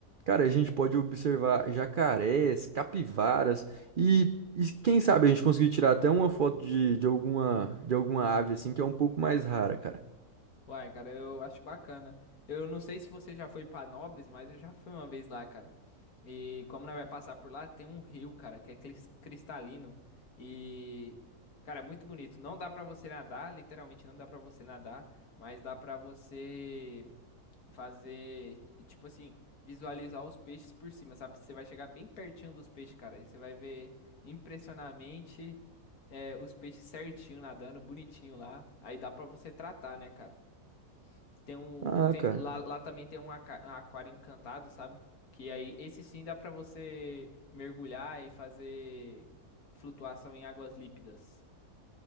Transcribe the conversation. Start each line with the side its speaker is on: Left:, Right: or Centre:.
Right: Cara, a gente pode observar jacarés, capivaras e, e quem sabe a gente conseguir tirar até uma foto de, de alguma, de alguma ave assim que é um pouco mais rara, cara.
Left: Uai, cara, eu acho bacana. Eu não sei se você já foi pra Nobres, mas eu já fui uma vez lá, cara. E como nós vai passar por lá, tem um rio, cara, que é clis- cristalino. E, cara, é muito bonito. Não dá pra você nadar, literalmente não dá pra você nadar, mas dá pra você fazer, t- tipo assim, visualizar os peixes por cima, sabe? Você vai chegar bem pertinho dos peixes, cara, e você vai ver impressionamente é, os peixes certinho nadando, bonitinho lá. Aí dá pra você tratar, né, cara? Tem um.
Right: Ah,
Left: tem-
Right: cara.
Left: lá, lá também tem um aca- um aquário encantado, sabe? Que aí, esse sim dá pra você mergulhar e fazer flutuação em águas lípidas.